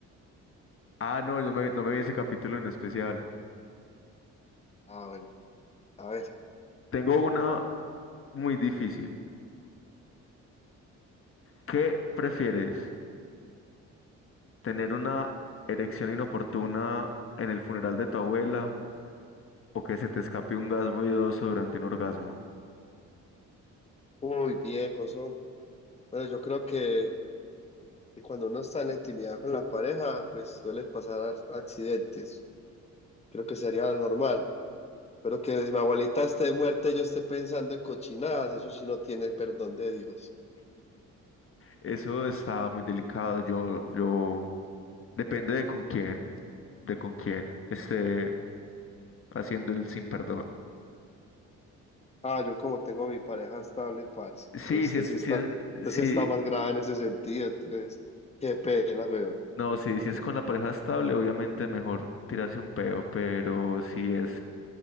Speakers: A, on the left (about 45°); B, on the left (about 20°).
A: Ah, no, no me, no me vi ese capítulo en especial.
B: Ah, bueno, a ver.
A: Tengo una muy difícil. ¿Qué prefieres? Tener una erección inoportuna en el funeral de tu abuela o que se te escape un gas ruidoso durante un orgasmo.
B: Uy, viejo, eso. Bueno, yo creo que, que cuando uno está en la intimidad con la pareja, pues suele pasar accidentes. Creo que sería lo normal. Pero que si mi abuelita esté muerta y yo esté pensando en cochinadas, eso sí no tiene perdón de Dios.
A: Eso está muy delicado. Yo, yo, depende de con quién, de con quién esté haciendo el sin perdón.
B: Ah, yo como tengo a mi pareja estable, parce.
A: Sí,
B: Pero usted
A: sí, es,
B: sí
A: sí,
B: está,
A: es-
B: usted
A: sí,
B: sí está más grave en ese sentido, entonces, qué pena, weón.
A: no, sí, si
B: <laughs>
A: es con la pareja estable, obviamente es mejor tirarse un peo, pero si es